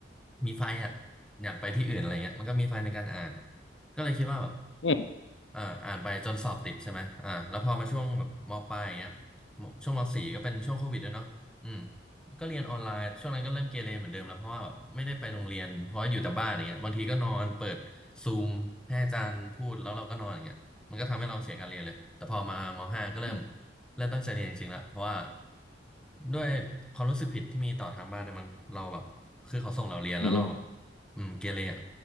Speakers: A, in the centre; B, on the left (about 85°).
A: มีไฟอ่ะอยากไปที่อื่นอะไรเงี้ยมันก็มีไฟในการอ่านก็เลยคิดว่าแบบ
B: อืม
A: อ่าอ่านไปจนสอบติดใช่ไหมอ่าแล้วพอมาช่วงแบบมปลายอย่างเงี้ยมช่วงมสี่ก็เป็นช่วงโควิดด้วยเนาะอืมก็เรียนออนไลน์ช่วงนั้นก็เริ่มเกเรเหมือนเดิมแล้วเพราะว่าแบบไม่ได้ไปโรงเรียนเพราะว่าอยู่แต่บ้านอย่างเงี้ยบางทีก็นอนเปิดซูมให้อาจารย์พูดแล้วเราก็นอนอย่างเงี้ย มันก็ทำให้เราเสียการเรียนเลย แต่พอมามห้าก็เริ่ม
B: อืม
A: เริ่มตั้งใจเรียนจริงๆละเพราะว่าด้วยความรู้สึกผิดที่มีต่อทางบ้านเนี่ยมั้งเราแบบคือเขาส่งเราเรียนแล้วเราแบบ
B: อืม
A: อืมเกเรอ่ะ